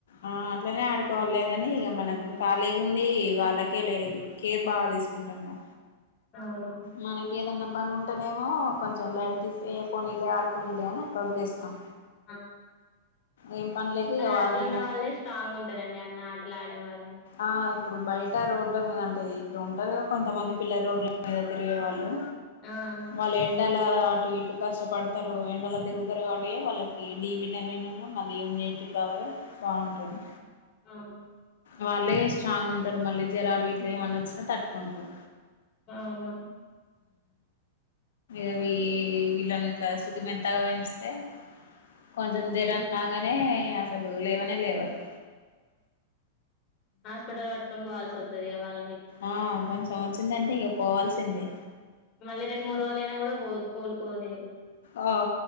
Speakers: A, on the left (about 60°); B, on the left (about 35°).
A: ఆ అట్లనే ఆడుకోవాలలే
B: హ్మ్.
A: కాని ఇక మనకు
B: హ్మ్.
A: ఖాళీగా ఉండి వాళ్ళకే లే కేర్ బాగా తాము
B: అవును
A: మనక ఏదన్నా పని ఉంటేనేమో కొంచెం లైట్ తీసి ఏ పోనీలే ఆడుకునిలే అని అట్లా వదిలేస్తాం
B: <inaudible>
A: ఏం పనిలేక
B: కానీ
A: ఇక వాళ్ళనే
B: అట్లున్న వాళ్ళే స్ట్రాంగ్ గా ఉంటారండి అన్ని ఆటలు ఆడే వాళ్ళే
A: ఆ ఇప్పుడు బయట రోడ్ల మీద అంటే ఇప్పుడు ఉంటారు కదా కొంతమంది పిల్లల రోడ్ల మీద తిరిగేవాళ్ళు
B: ఆ
A: వాళ్ళ ఎండలా
B: హ్మ్.
A: అటు ఇటు కస్టపడతారు ఎండలో తిరుగుతారు కాబట్టి వాళ్ళకి డీ విటమిన్ ఉన్న మళ్ళీ ఇమ్యూనిటీ పవర్ బాగుంటుంది
B: అవును
A: వాళ్ళే స్ట్రాంగ్ ఉంటారు మళ్ళీ జ్వరాలు గిట్ల ఏమన్నా వచ్చినా తట్టుకుంటారు
B: అవును
A: ఆవి విలనీ ఇట్ల సుతి మెత్తగా పెంచితే కొంచెం జరం
B: హ్మ్.
A: రాగానే అసలు లేవనే లేవరు
B: హాస్పిటల్ పట్టుకొని పోవాల్సి వస్తుది వాళ్ళనీ
A: ఆ కొంచెం వచ్చిందంటే ఇక పోవాల్సిందే
B: మళ్ళీ రెండు మూడు రోజులయినా కూడా పోద్ కోలుకోలెరు
A: ఓ